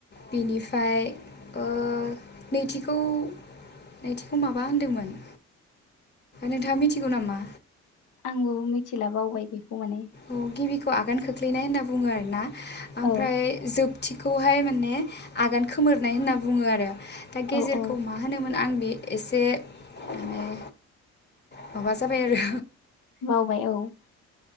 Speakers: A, on the left; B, on the left.
A: बिनिफ्राय ओ नैथिखौ नैथिखौ माबा होनदोंमोन। नोंथाङा मिथिगौ नामा?
B: आंबो मिथिला बावबाय बेखौ माने।
A: औ गिबिखौ आगान खोख्लैनाय होनना बुङो आरोना। ओमफ्राय
B: औ
A: जोब थिखौहाय माने आगान खोमोरनाय होनना बुङो आरो। दा गेजेरखौ
B: औ औ
A: मा होनोमोन आं बे एसे माने माबा जाबाय आरो
B: बावबाय औ।